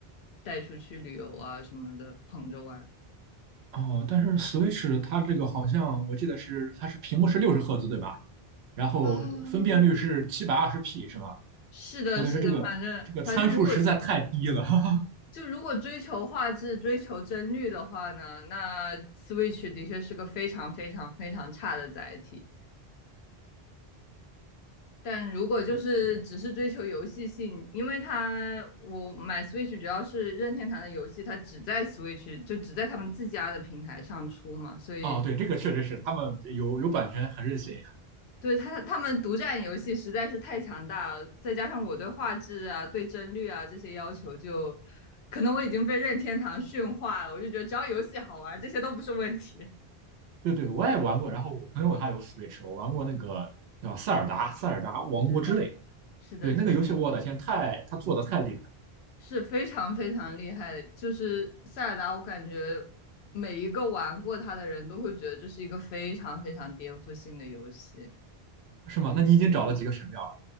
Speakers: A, on the left (about 90°); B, on the right (about 80°).
A: 带出去旅游啊什么的，捧着玩。
B: 哦，但是 Switch 它这个好像我记得是它是屏幕是六十赫兹对吧？然后分辨率是七百二十
A: 哦，
B: P 是吧？
A: 是的，
B: 我感觉这个这个参数实在太低了。
A: 是的，反正反正如果
B: <laughs>
A: 就如果追求画质、追求帧率的话呢，那 Switch 的确是个非常非常非常差的载体。但如果就是只是追求游戏性，
B: 对，是的。
A: 因为它我买 Switch 主要是任天堂的游戏，它只在 Switch 就只在他们自家的平台上出嘛，所以
B: 哦，对，这个确实是他们有有版权很任性。
A: 对他他们独占游戏实在是太强大了，再加上我对画质啊、对帧率啊这些要求就，可能我已经被任天堂驯化了，我就觉得只要游戏好玩，这些都不是问题。
B: 对对，我也玩过。然后我朋友他有 Switch，我玩过那个叫《塞尔达塞尔达王国之泪》。
A: <laughs> 是的，是的，
B: 对，那个游戏，
A: 是的
B: 我的天，太他做的太厉害，
A: 是非常非常厉害，就是塞尔达，我感觉每一个玩过它的人都会觉得这是一个非常非常颠覆性的游戏。
B: 是吗？那你已经找了几个神庙了？